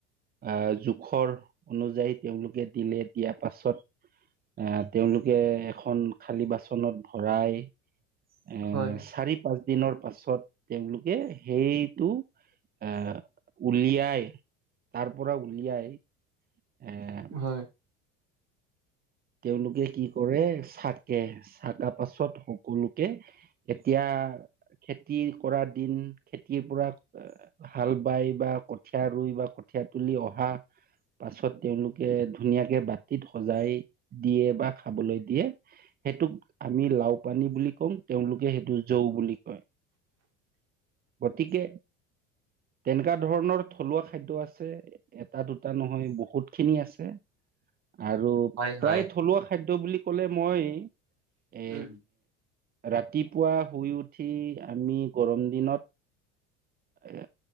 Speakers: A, on the right; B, on the right.
A: আ' জোখৰ অনুযায়ী তেওঁলোকে দিলে দিয়াৰ পাছত- আঁহ', তেওঁলোকে এখন খালী বাচনত ভৰাই- এ'
B: হয়,
A: চাৰি-পাঁচ- দিনৰ পাছত তেওঁলোকে সেইটো এ' উলিয়াই- তাৰ পৰা উলিয়াই। আঁহ'।
B: হয়।
A: তেওঁলোকে কি কৰে চাকে চাকা পাছত সকলোকে- এতিয়া খেতি কৰা দিন খেতিৰ পৰা- হাল বাই বা কঠীয়া ৰুই বা কঠিয়া তুলি অহা- পাছত তেওঁলোকে ধুনীয়াকে বাতি'ত সজাই- দিয়ে বা খাবলৈ দিয়ে, সেইটোক আমি লাউ পানী বুলি কওঁ তেওঁলোকে সেইটো- যৌ বুলি কয়। গতিকে- তেনেকা ধৰণৰ থলুৱা খাদ্য আছে এটা-দুটা নহয় বহুত- খিনি আছ। আৰু
B: হয়,
A: প্ৰায়
B: হয়,
A: থলুৱা খাদ্য বুলি ক'লে মই, এ
B: উম,
A: ৰাতিপুৱা শুই উঠি আমি গৰম দিনত এ